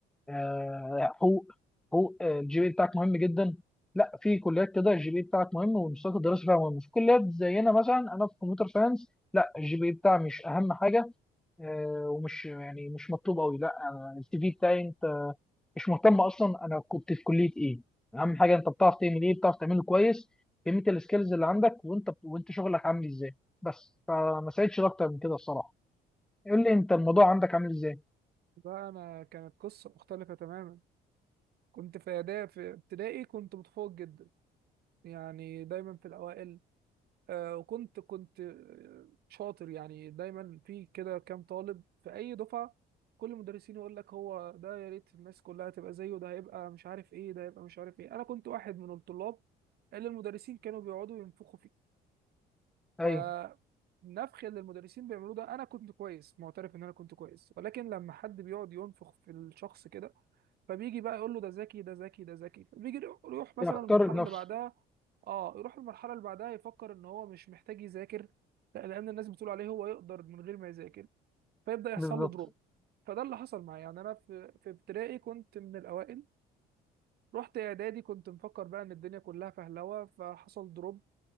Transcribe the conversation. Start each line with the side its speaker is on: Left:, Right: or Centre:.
Centre: آه، حقوق حقوق آه، الجي بي بتاعك مهم جدا لا في كليات كده الجي بي بتاعك مهم والمستوى الدراسي فيها مهم في كليات زينا مثلا انا في كمبيوتر ساينس لا الجي بي بتاعي مش اهم حاجه آه، ومش يعني مش مطلوب قوي لا أنا السي في بتاعي انت مش مهتم اصلا انا كنت في كليه ايه اهم حاجه انت بتعرف تعمل ايه بتعرف تعمله كويس قيمه السكيلز اللي عندك وانت وانت شغلك عامل ازاي بس فما ساعدش اكتر من كده الصراحه قول لي انت الموضوع عندك عامل ازاي
Right: ده انا كانت قصه مختلفه تماما كنت في اعدادي في ابتدائي كنت متفوق جدا يعني دايما في الاوائل آه، وكنت كنت آه، شاطر يعني دايما في كده كام طالب في اي دفعه كل المدرسين يقول لك هو ده يا ريت الناس كلها تبقى زيه ده هيبقى مش عارف ايه ده هيبقى مش عارف ايه انا كنت واحد من الطلاب اللي المدرسين كانوا بيقعدوا ينفخوا فيه فالنفخ
Centre: ايوه
Right: اللي المدرسين بيعملوه ده انا كنت كويس معترف ان انا كنت كويس ولكن لما حد بيقعد ينفخ في الشخص كده فبيجي بقى يقول له ده ذكي ده ذكي ده ذكي فبيجي يروح مثلا
Centre: يختار
Right: المرحله
Centre: بنفسه
Right: اللي بعدها اه يروح المرحله اللي بعدها يفكر ان هو مش محتاج يذاكر لا، لان الناس بتقول عليه هو يقدر من غير ما يذاكر فيبدا يحصل
Centre: بالظبط
Right: له دروب فده اللي حصل معايا يعني انا في في ابتدائي كنت من الاوائل رحت اعدادي كنت مفكر بقى ان الدنيا كلها فهلوه فحصل دروب